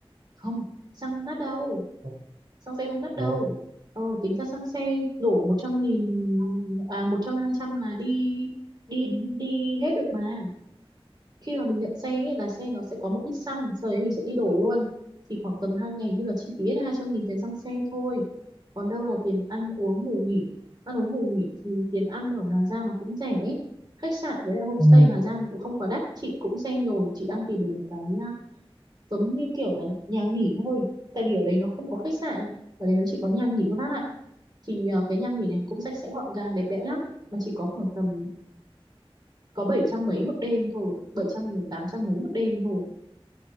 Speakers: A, on the right (about 45°); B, on the right (about 80°).
A: không xăng không đắt đâu
B: Ừ,
A: xăng xe không đắt
B: Thế
A: đâu
B: à?
A: ờ, tính ra xăng xe đổ một trăm nghìn à một trăm hai trăm là đi đi đi hết được mà khi mà mình nhận xe ấy, là xe nó sẽ có một ít xăng sau đấy mình sẽ đi đổ luôn thì khoảng tầm 2 ngày như là chi phí hết hai trăm nghìn tiền xăng xe thôi còn đâu là tiền ăn uống ngủ nghỉ ăn uống ngủ nghỉ thì tiền ăn ở Hà Giang nó cũng rẻ ấy. khách sạn với lại homestay
B: ừ,
A: Hà Giang nó cũng không quá đắt chị cũng xem rồi chị đang tìm được một cái à, giống như kiểu là nhà nghỉ thôi tại vì ở đấy nó không có khách sạn ở đấy nó chỉ có nhà nghỉ thôi bác ạ thì à, cái nhà nghỉ này cũng sạch sẽ gọn gàng đẹp đẽ lắm mà chỉ có khoảng tầm có 700 mấy một đêm thôi 700 đến 800 mấy một đêm thôi